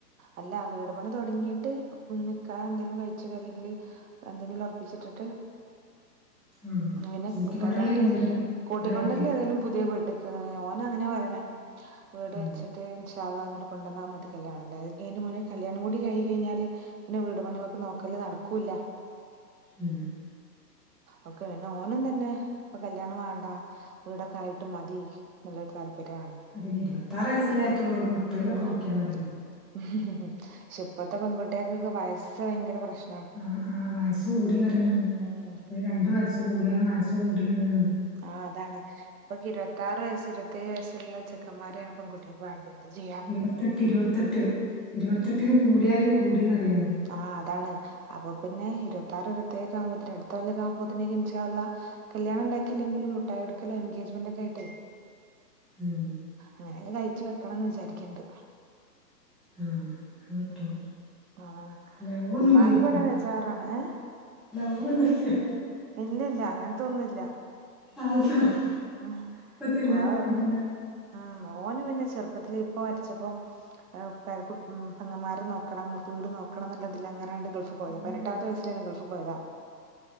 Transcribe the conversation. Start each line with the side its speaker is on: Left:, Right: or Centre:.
Right: അല്ല വീട് പണി തുടങ്ങിട്ട് നിക്കാഹ്‌ എന്തേലും കഴിച്ചിടാ അല്ലെങ്കില് എന്തെങ്കിലും ഉറപ്പിച്ച് ഇട്ടിട്ട്
Centre: ഉം
Right: അങ്ങനേ
Centre: കൂട്ടിക്കൊണ്ടല്ലേ
Right: കല്യാണം കഴിഞ്ഞ്
Centre: ഈ വീട്
Right: കൂട്ടി
Centre: വീടായിട്ട്
Right: കൊണ്ട്‌ വരല് ഏതായാലും പുതിയ വീട്ട് <unintelligible> ഓന് അങ്ങനെ പറയണേ വീട്
Centre: ഉം
Right: വെച്ചിട്ട് ഇന്ഷാ അല്ലാഹ് ഇന്നട്ട് കൊണ്ടന്നാ മതി കല്യാണം അല്ലാതെ അയ്‌ന്റെ മുന്നേ കല്യാണം കൂടി കഴി കഴിഞ്ഞാല് പിന്നെ വീട് പണിമ്മക്ക് നോക്കല് നടക്കൂല്ല
Centre: ഉം
Right: ഓക്കെ പിന്നെ ഓനും തന്നെ ഇപ്പൊ കല്യാണം വാണ്ട വീടൊക്കെ ആയിട്ട് മതി ഇന്ന്ള്ളോരു താല്പര്യാണ്
Centre: അപ്പ ഇനി ഇരുപത്താറ് വയസ്സല്ലേ ആയിട്ടോള്ളു ഒരു മുപ്പതിലൊക്കെ
Right: ഉം
Centre: നോക്ക്യാ മതിന്നാ
Right: പക്ഷെ ഇപ്പത്തെ പെൺകുട്ട്യേക്കൊക്കെ വയസ് ഭയങ്കര പ്രശ്
Centre: ആഹ്‌ ആഹ്‌ വയസ് കൂടി പറിയണ്
Right: ഉം
Centre: ഒരു രണ്ട് വയസ്സ് കൂടിയാലും വയസ്സ് കൂടി പറിയണ്
Right: ആഹ്‌ അതാണ് ഇപ്പൊ ഇരുപത്താറ് വയസ്സ് ഇരുപത്തേഴ് വയസ്സ് ഉള്ള ചെക്കൻ മാരേണ് പെൺകുട്ട്യാക്ക് വാണ്ടീയെന്തും ചെയ്യാ
Centre: ഇരുപത്തെട്ട് ഇരുപത്തെട്ട് ഇരുപത്തെട്ട്ല് കൂടിയാല് കൂടീന്നറിയാണ്
Right: ആഹ്‌ അതാണ് അപ്പൊ പിന്നെ ഇരുപത്താറ് ഇരുപത്തേയ് ഒക്കെ ആവുമ്പോത്ത് അടുത്ത കെല്ലക്കെ ആവുമ്പോത്തിന് ഇൻശാഅല്ലാഹ്‌ കല്യാണം ഇണ്ടാക്കിയില്ലെങ്കിലും മുട്ടായോട്ക്കലും എൻഗേജ്മെന്റ് ഒക്കായിട്ടെ
Centre: ഉം
Right: അങ്ങനെക്കെ കഴിച്ച് വെക്കണംന്ന് വിചാരിക്ക്ണ്ട്
Centre: ആഹ് അഹ്പറ്റും
Right: ഉം അതാണ്
Centre: ലൗ ഒന്നും
Right: ഇമ്മാക്ക്
Centre: ഇല്ല്യ ഓര്ക്കൊന്നും
Right: ഇവിടെ ബേജാറാണ് ഏ
Centre: ലൗ ഒന്നുല്ല്യ
Right: ഇല്ല്യല്ല്യ അങ്ങൻത്തൊന്നുല്യ
Centre: <unintelligible>
Right: ഉം
Centre: ഇപ്പത്തെ എല്ലാർക്കും
Right: അയ്
Centre: ഉണ്ടല്ലേ
Right: ഉം ഓന് പിന്നെ ചെർപ്പത്തില് ഇപ്പ മര്ച്ചപ്പൊ. അഹ് പേരക്കുട്ടി ഉം പെങ്ങന്മാരെ നോക്കണം വീട് നോക്കണം എന്ന്ള്ളതിലങ്ങനാണ്ട് ഗൾഫ് പോയത
Centre: അങ്ങനൊരു
Right: പതിനെട്ടാമത്തെ വയസ്സിലന്നെ ഗൾഫ് പോയതാ